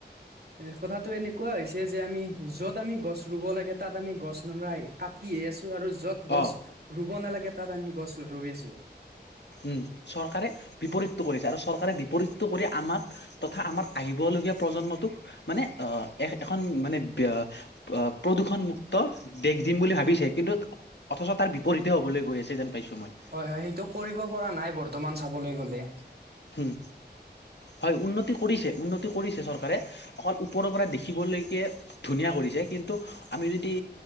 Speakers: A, on the right; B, on the left.
A: এ কথাটো এনেকুৱা হৈছে যে আমি য'ত আমি গছ ৰুব লাগে তাত আমি গছ <unintelligible> কাটিহে আছোঁ আৰু য'ত গছ
B: অ
A: ৰুব নালাগে তাত আমি গছ ৰুই আছোঁ।
B: উম, চৰকাৰে বিপৰীতটো কৰিছে আৰু চৰকাৰে বিপৰীতটো কৰি আমাক তথা আমাৰ আহিবলগীয়া প্ৰজন্মটোক মানে আহ এ -এখন মানে ব্য অহ, প্ৰদূষণ মুুক্ত দেশ দিম বুলি ভাবিছে কিন্তু অথচ তাৰ বিপৰীতে হ'বলৈ গৈছে যেন পাইছো মই
A: হয়, হয়, সেইটো কৰিব পৰা নাই বৰ্তমান চাবলৈ গ'লে।
B: উম, হয় উন্নতি কৰিছে, উন্নতি কৰিছে চৰকাৰে অকল ওপৰৰ পৰা দেখিবলৈকে ধুনীয়া কৰিছে, কিন্তু আমি যদি